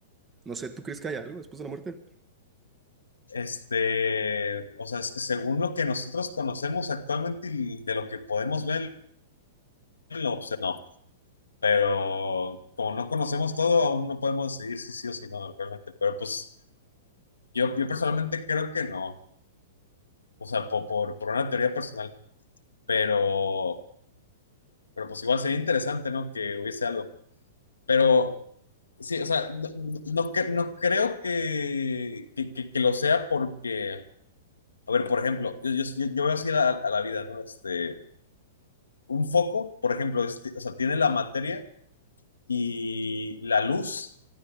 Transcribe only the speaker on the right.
no sé, ¿tú crees que hay algo después de la muerte?